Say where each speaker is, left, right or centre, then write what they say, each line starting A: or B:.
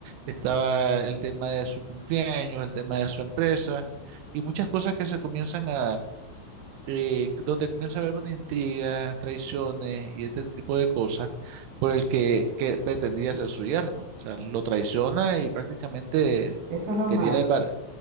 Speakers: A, on the right (about 80°); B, on the right (about 65°).
A: estaba el tema de su cumpleaños, el tema de su empresa y muchas cosas que se comienzan a dar eh, donde comienza a haber una intriga, traiciones y este tipo de cosas por el que, que pretendía ser su yerno. O sea, lo traiciona y prácticamente
B: Eso es lo
A: quería
B: malo.
A: desbaratar.